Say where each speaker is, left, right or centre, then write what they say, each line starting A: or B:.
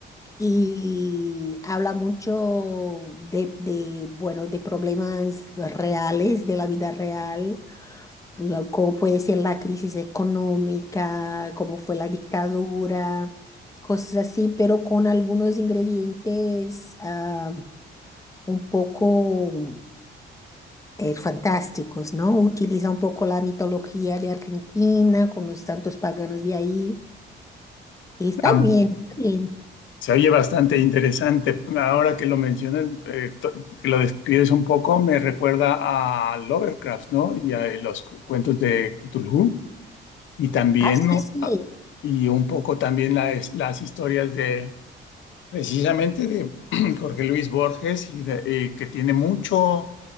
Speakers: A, on the left; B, on the left.
A: y habla mucho de, de, bueno, de problemas reales, de la vida real, lo- cómo puede ser la crisis económica, cómo fue la dictadura, cosas así, pero con algunos ingredientes ah, un poco eh, fantásticos, ¿no? Utiliza un poco la mitología de Argentina con los santos paganos de ahí. Y está
B: Ah,
A: bien. está Bien.
B: se oye bastante interesante. Ahora que lo mencionas, eh, to- que lo describes un poco, me recuerda a Lovecraft, ¿no? Y a los cu- cuentos de Cthulhu. y también,
A: Ah,
B: ¿no?
A: sí, sí,
B: Ah, y un poco también las, las historias de, precisamente de <clears throat> Jorge Luis Borges, y, de- y que tiene mucho